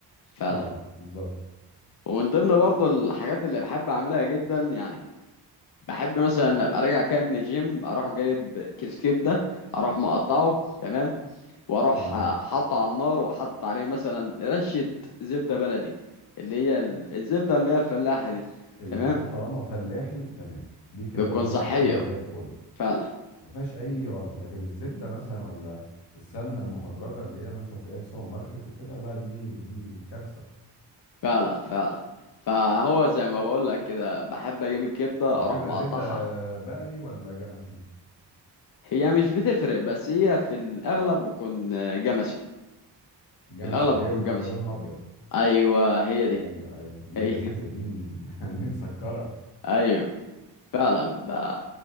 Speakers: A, on the left; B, on the left.
A: فعلا
B: اه بالظبط
A: ومن ضمن برضو الحاجات اللي بحب اعملها جدا يعني بحب مثلا ان ابقى راجع كده من الجيم اروح جايب كيس كبده اروح مقطعه تمام واروح
B: اه
A: حاطه على النار وحاطط عليه مثلا رشه زبده بلدي اللي هي ال- الزبده اللي هي الفلاحه دي
B: الزيت
A: تمام
B: ده طالما فلاحي تمام دي كده
A: بتكون
B: دهون
A: صحيه
B: صحيه وزي الفل
A: فعلا
B: ما فيهاش اي غلط لكن الزبده مثلا ولا السمنه المهدرجه اللي هي مثلا تلاقيها في سوبر ماركت وكده لا دي دي كارثه
A: فعلا فعلا فهو زي ما بقول لك كده بحب اجيب الكبده
B: وبتبقى
A: اروح مقطعها
B: زبده بقري ولا جمسي
A: هي مش بتفرق بس هي في الأغلب بكون آه، جمشي
B: جمسي
A: في الأغلب
B: اللي
A: بكون
B: هي اللي
A: جمشي
B: بيبقى لونها ابيض
A: أيوة هي دي
B: ايوه ايوه دي
A: هي
B: لذيذه
A: <laughs>
B: دي م- <laughs> دي مسكره
A: أيوة فعلا ده